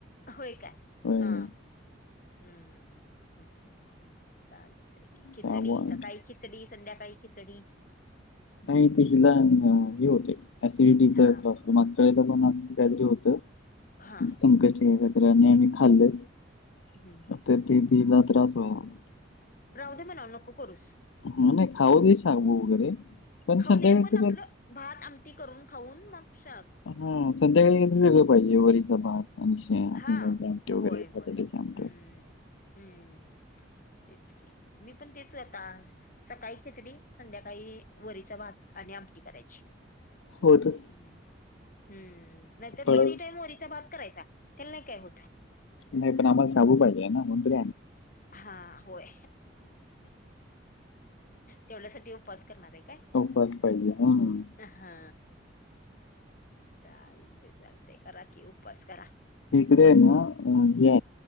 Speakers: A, on the left; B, on the left.
A: होय काय
B: होय
A: हा
B: होय
A: हम्म. चालतकी
B: शाबू
A: खिचडी
B: आणून
A: सकाळी
B: ठेवली.
A: खिचडी संध्याकाळी खिचडी. हम्म
B: नाय ते
A: हम्म
B: हिला हे होते ऍसिडिटी चा
A: हा
B: त्रास. मागच्या वेळेला पण असच काय तरी होत.
A: हा
B: संकष्टी आणि काय तरी आम्ही खाल्ल.
A: हम्म.
B: तर ते तीला त्रास व्हाय लागला.
A: राहूदे म्हणाव नको करूस.
B: हम्म, नाय खाऊ दे शाबू वगैरे पण
A: खाऊ
B: संध्याकाळच
A: दे पण आपलं
B: तर
A: भात आमटी करून खाऊन मग श
B: हम्म, संध्याकाळी कायतरी वेगळ पाहिजे वारीचा भात आणि शेंगदाण्याचे
A: हा
B: आमटे वगैरे
A: होय होय
B: बटाट्याचे
A: हम्म.
B: आमटे असं. <inaudible>
A: हम्म तेच की, मी पण तेच आता सकाळी खिचडी संध्याकाळी वरीचा भात आणि आमटी करायची.
B: हो तर
A: हम् हम्म, नायतर
B: फळ
A: दोन्ही टाईम वरीचा भात करायचा. त्याला नाय काय होत.
B: नाय पण आम्हाला शाबु पाहिजे आय ना म्हणून तर
A: हा होय. तेवढ्यासाठी उपवास करणार आय काय?
B: उपवास पाहिजे हम्म.
A: हा चालतंय चालतंय करा कि उपवास करा.
B: इकडे
A: हम्म
B: ए ना अ हे